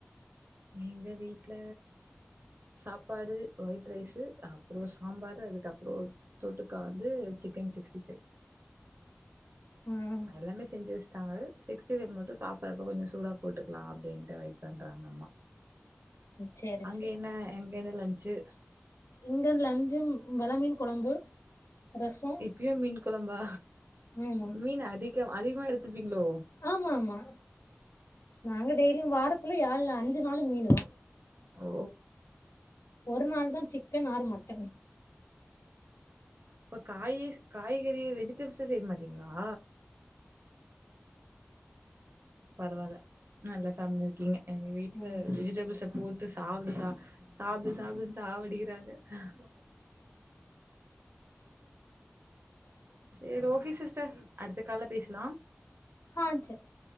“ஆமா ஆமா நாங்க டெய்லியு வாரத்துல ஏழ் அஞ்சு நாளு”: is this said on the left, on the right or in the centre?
Left